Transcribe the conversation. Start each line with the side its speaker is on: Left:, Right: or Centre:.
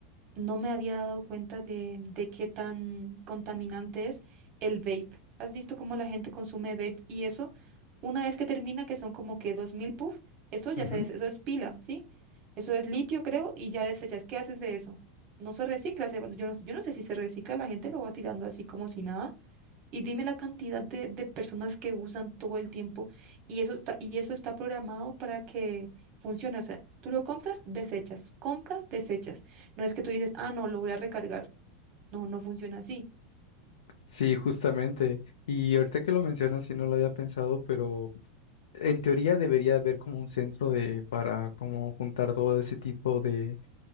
Right: no me había dado cuenta de, de qué tan contaminante es el vape. ¿Has visto cómo la gente consume vape y eso? Una vez que termina, que son como que 2000 puff, eso ya
Left: Ujú,
Right: se
Left: ujú.
Right: des- eso es pila, ¿sí? Eso es litio, creo, y ya desechas. ¿Qué haces de eso? No se recicla, se yo no, yo no sé si se recicla, la gente lo va tirando así como si nada. Y dime la cantidad de, de personas que usan todo el tiempo y eso está, y eso está programado para que funcione. O sea, tú lo compras, desechas, compras, desechas. No es que tú dices, ah, no, lo voy a recargar. No, no funciona así.
Left: Sí, justamente. Y ahorita que lo mencionas, sí no lo había pensado, pero en teoría debería haber como un centro de para como juntar todo ese tipo de